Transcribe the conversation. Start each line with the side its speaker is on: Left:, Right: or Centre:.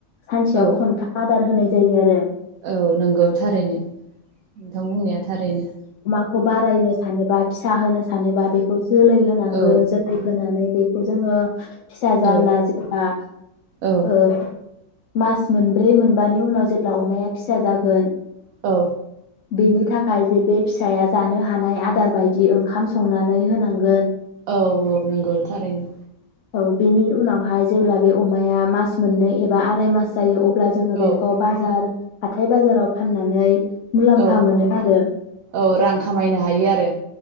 Left: सानसेयाव
Right: औ
Left: खन्थाम आदार होनाय जायो आरो
Right: औ नोंगौ थारैनो नोंथां बुंनाया थारैनो।
Left: खौ बारायनो सानोबा फिसा होनो सानोबा बेखौ जोलै होनांगोन
Right: औ
Left: जोलै होनानै बेखौ जोङो फिसा जाब्ला
Right: औ
Left: जोंहा
Right: औ
Left: ओ मास मोनब्रै मोनबानि उनाव जेब्ला अमाया फिसा जागोन
Right: औ।
Left: बेनि थाखाय जे बे फिसाया जानो हानाय आदार बायदि ओंखाम संनानै होनांगोन।
Right: औ औ नंगौ थारैनो।
Left: औ बेनि उनावहाय जेब्ला बे अमाया मास मोननै एबा आराय मास जायो अब ब्ला जोङो बेखौ
Right: औ
Left: बाजार हाथाइ बाजाराव फाननानै मुलाम्फा
Right: औ
Left: मोनो आरो
Right: औ रां खामायनो हायो आरो